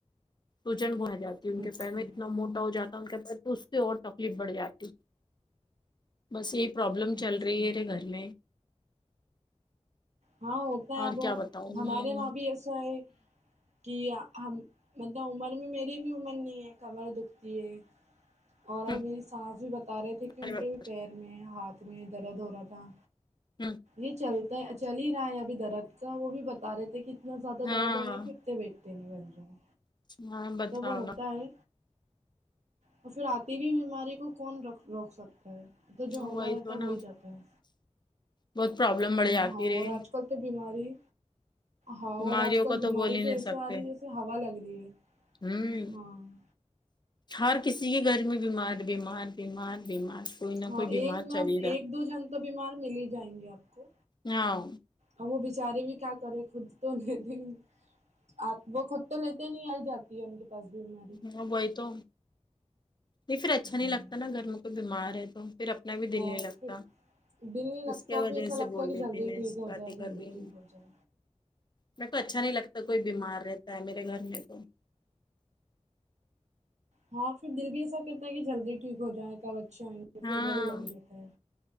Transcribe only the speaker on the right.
اچھا
اچھا
ہاں ہوتا ہے
اب
ہمارے
وہاں بھی ایسا ہے کہ ہم مطلب عمر میں میری بھی عمر نہیں ہے کمر دکھتی ہے اور
میری سانس بھی بتا رہے تھے کہ
ان
کے پیر میں ہاتھ میں درد ہو رہا تھا
یہ چلتا ہے چل ہی رہا ہے ابھی درد کا وہ بھی بتا رہے تھے کہ نہ زیادہ
درد ہورا کہ اتٹھتے بیٹھتے نہیں ہن جؤ
تو وہ ہوتا
ہے اور پھر آتی ہوئی بیماری کو کون ر روک سکتا تو جو
ہونا رہتا
ہے وہ
ابی ہوتا ہے
ہاں
اور آج کل تو بیماری ہاں
اور آج کل
بیماری
تو
ایسے
آ رہی ہے جیسے ہوا لگ رہی ہے
ہاں
ہاں
ایک نہ
ایک دو جن تو بیمار مل ہی جائیں گے آپ کو
اب وہ بیچاری بھی کیا کریں خود تو نہیں دیں گے آپ وہ خود تو لیتے نہیں آئی جاتی ہے ان کے کس دن میں
ہاں
ہ
پھر دل نہیں لگتا
اور
پھر ایسا لگتا
ہے کہ
جلدی
ٹھیک ہو
جائے
جلدی
ٹھیک ہو جائے
ہاں پھر دل بھی ایسا کرتا ہے کہ جلدی ٹھیک ہو جائے چلو اچھا ہئیں گے
پھر ڈر ہی لگی رہتا ہے